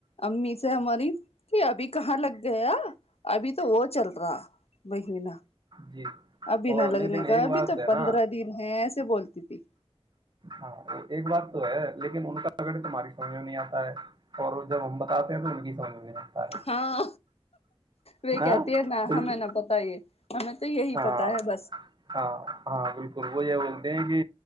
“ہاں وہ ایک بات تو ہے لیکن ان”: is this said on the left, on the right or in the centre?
Right